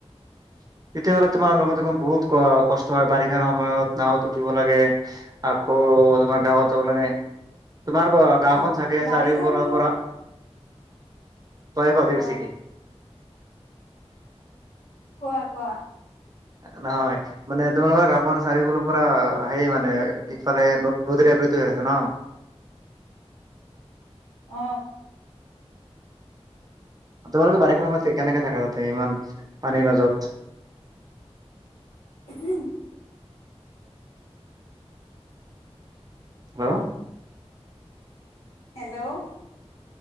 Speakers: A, on the right (about 35°); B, on the left (about 80°).
A: <inaudible> তেতিয়াহ'লে তোমাৰ লগত দেখোন বহুত ক কষ্ট হয় বাৰিষাৰ সময়ত নাঁৱত উঠিব লাগে আকৌ তোমাৰ গাঁৱত যাব লাগে। তোমাৰ গাওখন
B: অ
A: চাগে আ
B: বাৰিষাৰো
A: চাৰিওফালৰ
B: মোৰ
A: পৰা তই কধ বেছ
B: অ
A: কি
B: কোৱা কোৱা
A: নহয় মানে তোমালোকৰ গক চাৰিওফুলৰ পৰা সেই মানে ইফালে নদী আবৃত্তি হৈ আছে ন'। <inaudible>
B: অ
A: তবাৰ বাৰে কাম ম কেনেকে <unintelligible> থকা যাতে ইমান পানীৰ মাজত
B: উম
A: হা
B: হেল্ল'